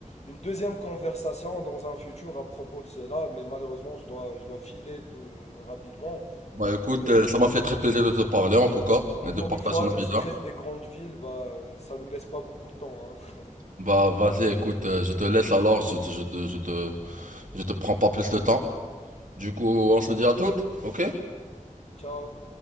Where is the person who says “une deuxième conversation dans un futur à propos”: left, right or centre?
Left